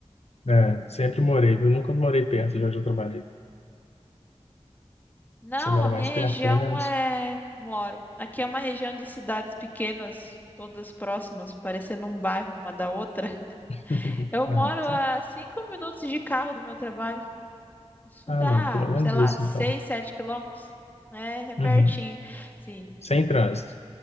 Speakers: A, on the left; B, on the left.
A: É, sempre morei, viu? Nunca morei perto de onde eu trabalhei.
B: Não,
A: Você mora
B: a
A: mais
B: minha região
A: perto, pelo menos?
B: é. Moro. Aqui é uma região de cidades pequenas, todas próximas, parecendo um bairro uma da outra.
A: <laughs>
B: Eu moro
A: Ah, então.
B: a cinco minutos de carro do meu trabalho. Isso
A: Ah,
B: dá,
A: não, pelo menos
B: sei lá,
A: isso,
B: 6,
A: então.
B: 7 quilômetros. É, é pertinho.
A: Uhum.
B: Sim.
A: Sem trânsito.